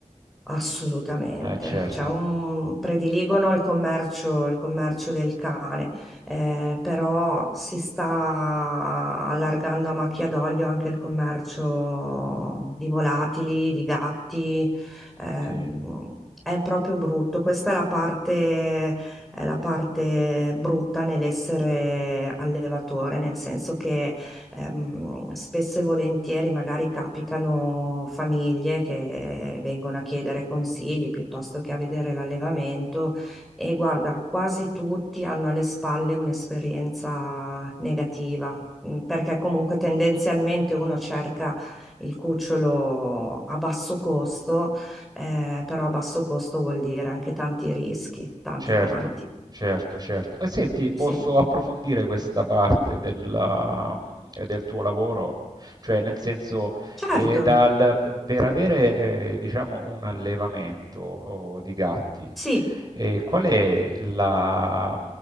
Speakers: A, in the centre; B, on the right (about 30°).
A: Assolutamente,
B: Eh, certo,
A: cioè, un- prediligono il commercio, il commercio del cane, eh, però si sta allargando a macchia d'olio anche il commercio di volatili, di gatti, ehm,
B: ok.
A: è proprio brutto. Questa è la parte, è la parte brutta nell'essere allevatore, nel senso che Ehm, spesso e volentieri magari capitano famiglie che vengono a chiedere consigli piuttosto che a vedere l'allevamento e guarda, quasi tutti hanno alle spalle un'esperienza negativa, mh, perché comunque tendenzialmente uno cerca il cucciolo a basso costo, eh, però a basso costo vuol dire anche tanti rischi, tanti
B: Certo,
A: tanti.
B: certo, certo. E senti, posso
A: Sì,
B: approfondire questa parte della- eh, del tuo lavoro? Cioè, nel senso,
A: certo,
B: eh, dal- per avere, eh, diciamo, un allevamento, oh, di gatti,
A: sì,
B: eh, qual è la-